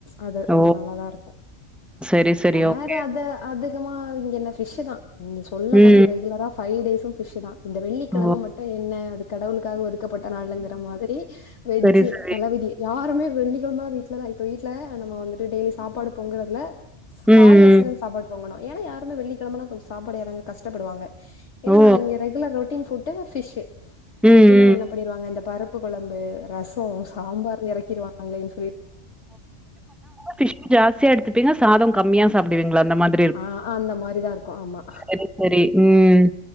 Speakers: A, on the left; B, in the centre.
A: அது ரொம்ப
B: ஓ!
A: நல்லாதா இருக்கும்
B: சரி, சரி.
A: வேற
B: ஓகே.
A: அத அது அதிகமா இங்க என் ஃபிஷு தான் நீங்க சொல்ல
B: ம்.
A: போன ரெகுலரா பைடேசும் விஷதா இந்த வெள்ளிக்கிலம
B: ஓ!
A: மட்டும் என்ன அதுக்கு கடவுளுக்காகது ப்பட்ட நாள்ங்கிற மாதிரி வெஜ்
B: சரி, சரி.
A: தளவீதி யாருமே வெள்ளிகம வீடலதான் இப்ப வீட்டுல நம்ம வந்துட்டு டெய்லி சாப்பாடு பொங்குறதுல ஸ்கால்
B: ம்.
A: வாசி தா சாப்பாடு போங்கண ஏன்னா யாருமே வெள்ளிக்கிழமனா கொஞ்ச சாப்பாடுயறங்க கஷ்டப்படுவாங்க
B: ஓ!
A: ஆ இங்க ரெகுலர் ரோ டீன்புடூ பிஷ் வெஜ்ஜுனா
B: ம், ம்.
A: என்ன பண்ணடுவாங்க இந்த பருப்பு குலம்பு ரசம் சாம்பார் இறக்கிடுவாங்க ஆன்லைன்
B: பிஷ் ஜாஸ்தியா எடுத்துப்பீங்க சாதம் கமியா சாப்டுவீங்களா அந்த மாரி
A: ஆ அந்த மாரி தான் இருக்கும். ஆமா.
B: செரி செரி உம்